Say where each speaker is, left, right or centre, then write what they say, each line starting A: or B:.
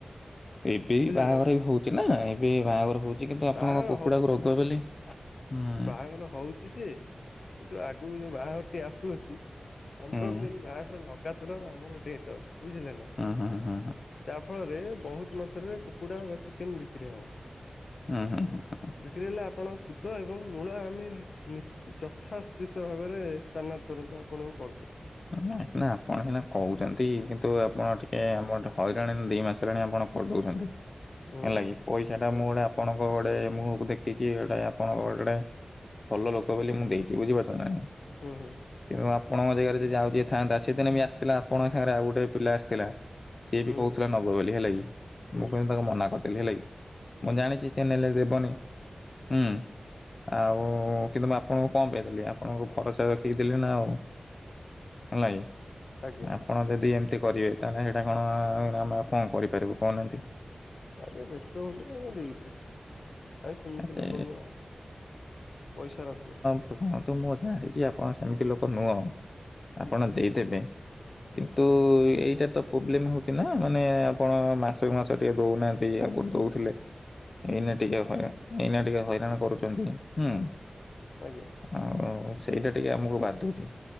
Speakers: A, on the left; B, on the left.
A: ଏବେ ବି
B: ବୁଝିଲେ
A: ବାହାଘର
B: ନା।
A: ବି ହଉଛି ନା ଏବେ ବାହାଘର ହଉଚି କିନ୍ତୁ ଆପଣଙ୍କ
B: ବାହାଘର
A: କୁକୁଡାକୁ ରୋଗ ବୋଲି ହୁଁ।
B: ତାଙ୍କର ହଉ ଚି ଯେ କିନ୍ତୁ ଆଗକୁ ଯୋଉ ବାହାଘରଟି ଆସୁଅଛି ପନ୍ଦର
A: ହୁଁ
B: ଦିନ ବାହାଘର ଲଗାତା ର ଆମର ଡେଟ୍ ଅଛି ବୁଝିଲେ ନା।
A: ଉ ହୁ ହଁଁ।
B: ଯାହା ଫଳରେ ବହୁତ ମାତ୍ରାରେ କୁକୁଡ଼ା ବା ଚିକେନ ବିକ୍ରି ହବ।
A: ଉଁ ହଁ ହଁ।
B: ବିକ୍ରି ହେଲେ ଆପଣ ଶୁଦ୍ଧ ଏବଂ ମୂଳ ଆମେ ନି ଯଥାଶିତ ଭାବରେ ସ୍ଥାନା ତୁରନ୍ତ ଆପଣଙ୍କୁ କରିଦବୁ।
A: ନା ଆପଣ ସିନା କହୁଚନ୍ତି କିନ୍ତୁ ଆପଣ ଟିକେ ଆମର ହଇରାଣ ଦି ମାସ ହେଲାଣି ଆପଣ କର ଦଉଚନ୍ତି।
B: ହୁଁ
A: ହେଲା
B: ହୁଁ
A: କିି ପଇସା ଟା
B: ହୁଁ
A: ମୁଁ ଗୋଟେ ଆପଣଙ୍କ ଗୋଟେ ମୁଁହ କୁ ଦେଖିକି ଗୋଟା ଆପଣଙ୍କ ଗୋଟା ଭଲ ଲୋକ ବୋଲି ମୁଁ ଦେଇଚି ବୁଝିପାରୁଛ ନା। ନାଇଁ।
B: ହୁଁ ହୁଁ।
A: କିନ୍ତୁ ଆପଣଙ୍କ ଜାଗାରେ ଯଦି ଯଉ ଯିଏ ଥାନ୍ତା ସେଦିନ ବି ଆସିଥିଲା ଆପଣଙ୍କ ସାଙ୍ଗରେ ଆଉ ଗୋଟେ ପିଲା ଆସିଥିଲା। ସିଏ
B: ହୁଁ
A: ବି
B: ହୁଁ
A: କହୁଥିଲା
B: ହୁଁ
A: ନବ ବୋଲି ହେଲା କି ମୁଁ
B: ହୁଁ
A: କିନ୍ତୁ ତାଙ୍କ ମନା କରିଦେଲି ହେଲା କି
B: ହୁଁ
A: ମୁଁ ଜାଣିଛି ସେ ହେଲେ ଦେବନି। ହୁଁ ଆଉ କିନ୍ତୁ ମୁଁ ଆପଣଙ୍କୁ କଣ ପାଇଁ ଦେଲି ଆପଣଙ୍କୁ ଭରସା ରଖିକି ଦେଲି ନା ଆଉ। ହେଲା କି
B: ଆଜ୍ଞା।
A: ପଣ ଯଦି ଏମିତି କରିବେ ତାହେଲେ ସେଇଟା କଣ ଆମେ ଆଉ କଣ କରିପାରିବୁ କହୁନାହାନ୍ତି।
B: ଆଜ୍ଞା ବ୍ୟସ୍ତ ହୁଅନ୍ତୁନି ଆମେ ଦେଇ ଦଉ। ଆଏସ୍ ସେମିତି
A: ଆ ସେ
B: ଲୋକ ନୁଅଁ ଆପଣ ପଇସା ରଖିବୁ।
A: <unintelligible> ତ ମୁଁ ଜାଣିଚି ଆପଣ ସେମିତି ଲୋକ ନୁଅଁ ଆପଣ ଦେଇଦେବେ। କିନ୍ତୁ
B: ହୁଁ
A: ଏଇଟା ତ ପ୍ରୋବ୍ଲେମ୍ ହଉଛି ନା ମାନେ ଆପଣ ମାସକୁ ମାସ ଟିକେ ଦୋଉନା। ତେଇ ଆଗୁରୁ ଦୋଉଥିଲେ।
B: <inaudible>
A: ଏଇନା ଟିକେ ହାଇରାଣ ଏଇନା ଟିକେ ହଇରାଣ କରୁଚନ୍ତି ହୁଁ।
B: ଆଜ୍ଞା।
A: ଆଉ ଆଉ ସେଇଟା ଟିକେ ଆମୁକୁ ବାଧୁଚି